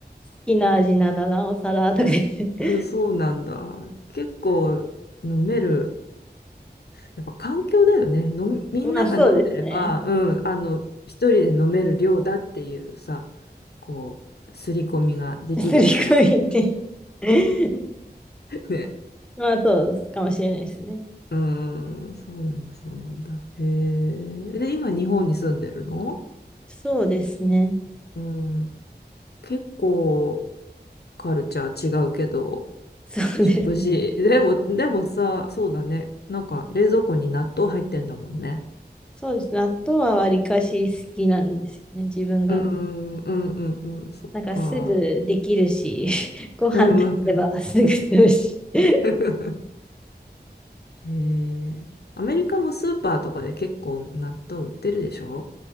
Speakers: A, in the centre; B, on the left (about 65°).
A: きな味ならなおさらとか言って。
B: ん、そうなんだ。結構飲める。やっぱ環境だよね。飲みみんなが飲んでれば、
A: まあそうですね。
B: うん、あの、一人で飲める量だっていうさ、こう、刷り込みができるから。
A: すり込みて。<laughs>
B: <laughs> ね。
A: まあそうかもしれないですね。
B: うーん、そうなんだ、そうなんだ。へえ。で、今日本に住んでるの
A: そうですね。
B: うん。結構カルチャー違うけど、
A: そうですね。
B: 食事。でも、でもさ、そうだね。なんか冷蔵庫に納豆入ってんだもんね。
A: そうですね。納豆はわりかし好きなんですよね。自分が。
B: うーん、うん、うん、うん、そっか。
A: なんかすぐできるし、<laughs> ご飯炊けばすぐするし。
B: <laughs> うん、わかる。
A: <laughs>
B: <laughs> へえ。アメリカもスーパーとかで結構納豆売ってるでしょ